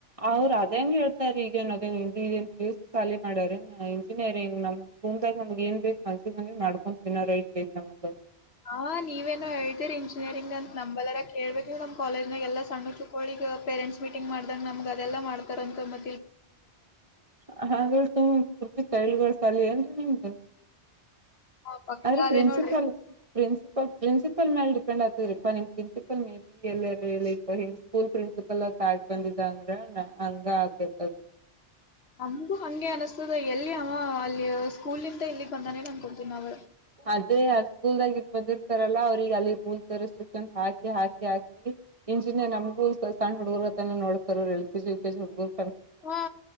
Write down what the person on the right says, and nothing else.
ಅವ್ರ ಅದೇಂಗೆ ಹೇಳ್ತಾರ್ ಈಗೇನ್ ಅದೇನ್ನ್ <unintelligible> ಪಿ ಯು ಸಿ ಸಾಲಿ ಮಾಡ್ಯಾರ ಏನು ಇಂಜಿನಿಯರಿಂಗ್ ನಮ್ ಮುಂದಾಗ ನಮ್ಗ ಏನ್ ಬೆಕ್ ಮನ್ಸಿಗ್ ಬಂದಿದ್ ಮಾಡ್ಕೊ ತಿನ್ನೋ ರೈಟ್ಸ್ ಐತ್ ನಮಗ
ಹ್ ಹ್ <unintelligible> ತಳಿಗಳ್ ಸಾಲಿ ಏನ್ರೀ ನಿಮ್ದು.
ಅವ್ರು
ಪ್ರಿನ್ಸಿಪಾಲ್
ಪ್ರಿನ್ಸಿಪಲ್ ಪ್ರಿನ್ಸಿಪಲ್ ಮೇಲ್ ಡಿಪೆಂಡ್ ಆಗ್ತದರಿಪ ನಿಮ್ ಪ್ರಿನ್ಸಿಪಲ್ ಮೇ ಬಿ ಎಲ್ಲರೆ ಇ ಹ್ ಸ್ಕೂಲ್ ಪ್ರಿನ್ಸಿಪಲ್ ಆಗ ದಾಟ್ ಬಂದಿದ್ದ ಅಂದ್ರ ಹಂಗ ಆಗ್ತೇ ಅ
ಅದೇ ಆ ಸ್ಕೂಲ್ದಾಗ ಇದ್ ಬಂದಿರ್ತಾರಲ್ಲ ಅವ್ರಗ ಅಲ್ಲಿ ರೂಲ್ಸ್ ರೆಸ್ಟ್ರಿಕ್ಷನ್ಸ್ ಹಾಕಿ ಹಾಕಿ ಹಾಕಿ ಇಂಜಿನಿಯರ್ ನಮಗೂ ಸಣ್ ಹುಡುಗರು ಅತನೆ ನೋಡ್ತಾರೆ ಅವರು L K G U K G ಹುಡ್ಗರು